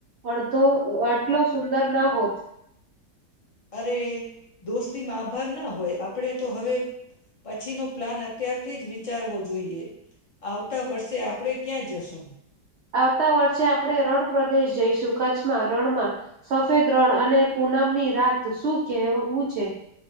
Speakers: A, on the right; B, on the left.
A: અડધો આટલો સુંદર ના હોત.
B: અરે દોસ્તી માં આભાર ના હોય આપણે તો હવે પછી નો પ્લાન અત્યારથી જ વિચારવો જોઈએ, આવતા વર્ષે આપણેે ક્યાં જશું?
A: આવતા વર્ષે આપણે રણ પ્રદેશ જઈશું કચ્છમાં રણમાં, સફેદ રણ અને પૂનમની રાત શું કહેવું છે.